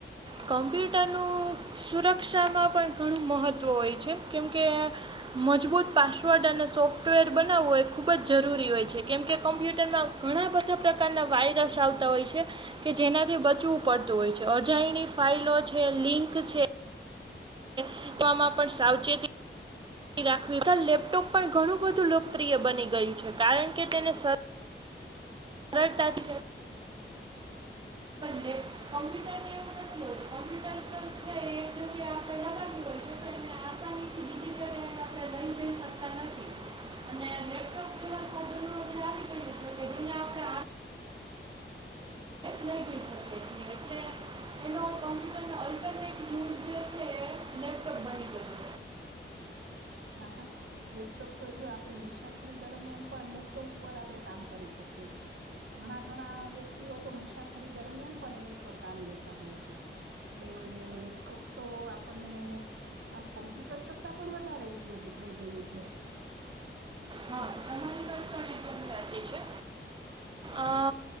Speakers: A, on the right; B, on the right.
A: કમ્પ્યુટરનું સુરક્ષામાં પણ ઘણું મહત્ત્વ હોય છે કેમકે મજબૂત પાસવર્ડ અને સોફ્ટવેર બનાવવુ એ ખૂબ જ જરૂરી હોય છે, કેમ કે કમ્પ્યુટરમાં ઘણા બધા પ્રકારના વાયરસ આવતા હોય છે, કે જેનાથી બચવું પડતું હોય છે અજાયણી ફાઈલો છે, લિંક છે. <unintelligible> માં પણ સાવચેતી રાખાવી અત્યારે લેપટોપ પણ ઘણું બધું લોકપ્રિય બની ગયું છે, કારણ કે તેને સ <unintelligible> સલે કોમ્પ્યુટર ને એવું જ ન કોમ્પ્યુટર તો આપ જાગું હો છે. તેને આસાનીથી બીજી જગ્યા આપડે લઈ જઈ શકતા નથી.
B: <inaudible>
A: અને લેપટોપ જેવા સાધનો જે આવી ગયું છે કે જેને આપણે લહી જઈ શકે છે એટલે એનો કોમ્પ્યુટરનો અલ્ટરનેટ યુઝ જે છે લેપટોપ બની ગેલુ
B: હા હા લેપટોપ તો જો આપડે મુસાફરી દરમિયાન પણ લેપટોપ ઉપર આપડે કામ કરી શકીએ છીએ. ઘણા ઘણા વ્યક્તિઓ તો મુસાફરી દરમિયાન પણ એની ઉપર કામ લેતા હોય છે. એટલે લેપટોપ તો આપણને કોમ્પ્યુટર કરતા પણ વધારે ઉ પયોગી થઈ ગયું છે.
A: હા તમારી પણ એકદમ સાચી છે અ